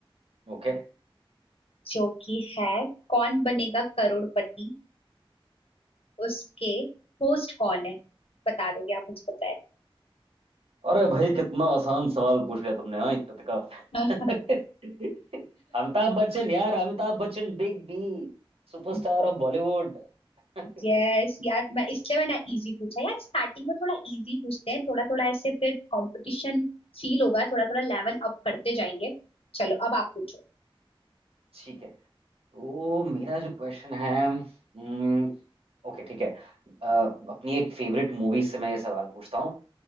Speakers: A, on the right (about 85°); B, on the left (about 80°).
A: ओके
B: जो कि है कौन बनेगा करोड़पति उसके होस्ट कौन है बता दोगे आप मुझे
A: अरे भाई कितना आसान सवाल पूछ लिया तुमने हाँ इज्जत का
B: बताए
A: <laughs> अमिताभ बच्चन यार Amitabh Bachchan big B superstar
B: <laughs>
A: of Bollywood <laughs>
B: यस यार मैं इसलिए मैंने इजी पूछा यार स्टार्टिंग में थोड़ा इजी पूछते हैं थोड़ा थोड़ा ऐसे फिर कंपटीशन फील होगा थोड़ा थोड़ा लेवल अप करते जाएंगे चलो अब आप पूछो
A: ठीक है तो मेरा जो क्वेश्चन है हम्म, ओके ठीक है अ, अपनी एक फेवरेट मूवी से मैं ये सवाल पूछता हूँ